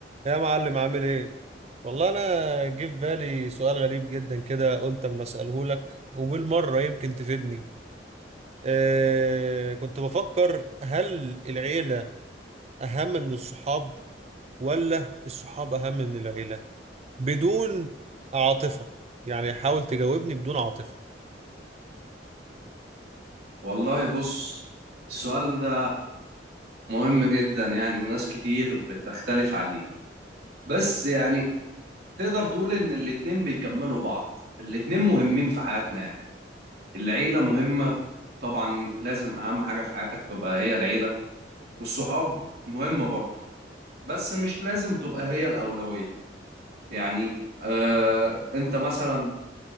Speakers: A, on the right; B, on the right.
A: يا معلم عامل ايه؟ والله انا جه في بالي سؤال غريب جدا كده قلت اما اساله لك وبالمره يمكن تفيدني. آه كنت بفكر هل العيله اهم من الصحاب ولا الصحاب اهم من العيله؟ بدون عاطفه يعني حاول تجاوبني بدون عاطفه.
B: والله بص السؤال ده مهم جدا يعني وناس كتير بتختلف عليه بس يعني تقدر تقول ان الاتنين بيكملوا بعض الاتنين مهمين في حياتنا يعني العيلة مهمة طبعا لازم اهم حاجة في حياتك تبقى هي العيلة والصحاب مهمة برضه بس مش لازم تبقى هي الأولوية يعني آه انت مثلا